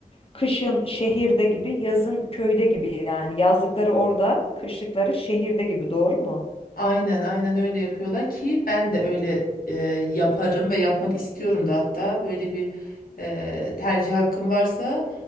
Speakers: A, on the left; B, on the left.
A: kışın şehirde gibi, yazın köyde gibi yani yazlıkları orada, kışlıkları şehirde gibi doğru mu?
B: Aynen aynen öyle yapıyorlar ki ben de öyle e, yaparım ve yapmak istiyorum da hatta böyle bir e, tercih hakkım varsa